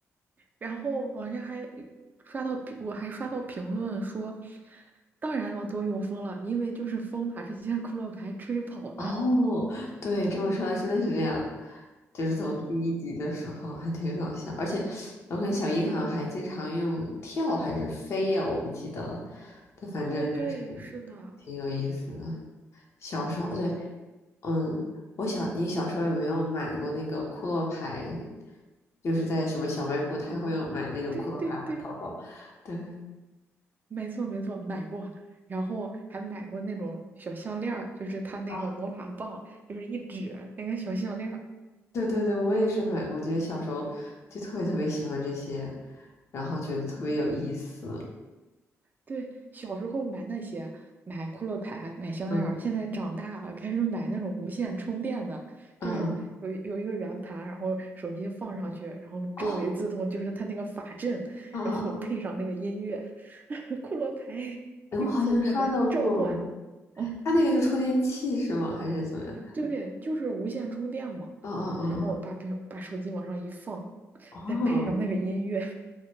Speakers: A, on the right; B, on the left.
A: 然后网上还刷到评我还刷到评论说，当然要多用风了，因为就是风把这些库洛牌吹跑的。
B: 哦，对，这么说来真的是这样，就是从第一集的时候还挺搞笑，而且我看小樱好像还经常用跳还是飞呀，我不记得了，
A: <laughs>
B: 但反正就是
A: 哦，对，是的，
B: 挺有意思的。小时候，对，
A: 对，
B: 嗯，我小，你小时候有没有买过那个库洛牌？就是在什么小卖部，他会有买那种库洛牌或者淘宝。
A: 对对对。
B: 对
A: 没错没错，买过，然后还买过那种小项链儿，就是它那个魔法棒，
B: 啊，
A: 就是一指那个小项链儿。
B: 对对对，我也是买过，觉得小时候就特别特别喜欢这些，然后觉得特别有意思。
A: 对，小时候买那些，买骷髅牌，买项链儿，
B: 嗯
A: 现在长大了开始买那种无线充电的，就是有一有一个圆盘，
B: 嗯
A: 然后手机放上去，然后周围自动就是它那个法阵，
B: 哦啊，
A: 然后配上那个音乐，<laughs> 骷髅牌 <laughs>
B: 哎我好像刷到过，
A: 听从我的召唤。哦。
B: 他那个就充电器是吗？还是怎么样？
A: 对，就是无线充电嘛。
B: 哦哦哦
A: 然后把屏把手机往上一放，
B: 哦哦，
A: 再配上那个音乐，